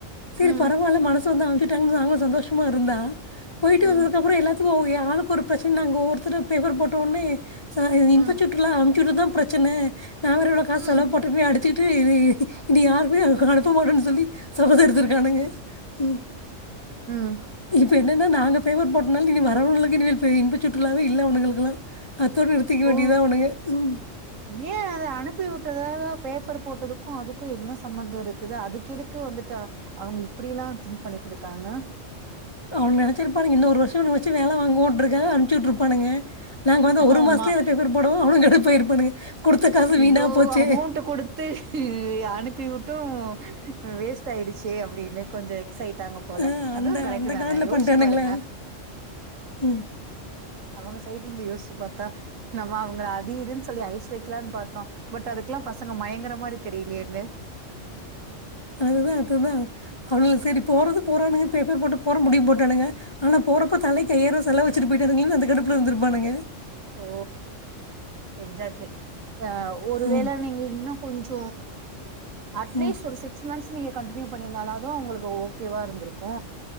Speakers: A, on the left; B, on the right.
A: செரி
B: ம்
A: பரவாயில்ல மனசு வந்து அம்ச்சிட்டாங்கன்னு நாங்களு சந்தோஷமா இருந்தா போயிட்டு
B: ம்
A: வந்ததுக்கு அப்பறோ எல்லாத்துக் கு ஏ ஆளுக்கு ஒரு பிரச்சன நாங்க ஒவ்வொருதரு பேப்பர் போட்ட உடனே ச இன்பச்
B: ம்
A: சுற்றுலா அனுப்பி விட்டதுதா பிரச்சன நான் வேற இவ்ளோ காசு
B: ம்
A: எல்லா போட்டமே அடுத்துக்கிட்டு இது இனி யாரக்குமே அவுங்க அனுப்ப மாட்டோன்னு சொல்லி சபதோ எடுத்துருக்கானுங்க ம்
B: ம்
A: இப்ப என்னென்னா நாங்க பேப்பர் போட்டனால இனி வரவங்களுக்கு இனிமேல் இன்பச் சுற்றுலாவே இல்ல அவனுங்களுக்குல்லா அத்தோட நிறத்திக்க வேண்டியதா
B: ஓ
A: அவனுங்க ம்
B: ஏ அத அனுப்பி விட்டதால பேப்பர் போட்டதுக்கு அதுக்கு என்ன சம்பந்தோ இருக்குது அதுக்கு எதுக்கு வந்துட்டு அவங்க இப்டி எல்லா திங்க் பண்ணிட்டு இருக்காங்க
A: அவனு நெனைச்சிருப்பானுங்க இன்ன ஒருர வருஷ இவன வச்சு வேல வாங்கோன்றக்க அனுப்பச்சுட்டுருப்பானுங்க நாங்க வந்து ஒரு
B: ஆமா
A: மாசத்துயே பேப்பர் போடுவோ அவனு கடுப்பாயிருப்பானுங்க குடுத்த காசு
B: இவ்ளோ
A: வீணா போச்சே
B: அமௌண்ட் குடுத்து அனுப்பி விட்டு வேஸ்ட் ஆயிடுச்சே அப்டின்னு கொஞ்ச வெக்ஸ் ஆயிட்டாங்க போல
A: ஆ
B: அதுவு
A: அந்த
B: கரெட்டு
A: அந்த
B: தானே
A: காண்டில்
B: யோசிச்சு
A: பண்ணிட்டானுங்களே
B: பாருங்க
A: ம்
B: அவங்க சைட் இருந்து யோசிச்சு பாத்தா நம்ம அவங்கள அது இதுன்னு சொல்லி ஐஸ் வைக்கலாம்னு பாத்தோ பட் அதுக்லா பசங்க மயங்கற மாரி தெரிலையேன்னு
A: அதுதா அதுதா அவள இல்ல சரி போறதது போறானுங்க பேப்பர் போட்டு போற முடிய போட்டானுங்க ஆனா போறப்ப தலைக்கை யாயருவா செல வச்சுட்டு போயிட்டானுங்கன்னு அந்த கடுப்புல இருந்துர்ப்பானுங்க
B: ஓ எக்சாக்ட்லி ஒருவேள
A: ம்
B: நீங்க இன்னு கொஞ்ச அட்லீஸ்ட்
A: ம்
B: ஒரு சிக் ஸ் மன்த்ஸ் நீங்க கண்டடிினியூ பண்ணியிருந்தாலது உங்களுக்கு ஓகேவாக இருந்துருக்கு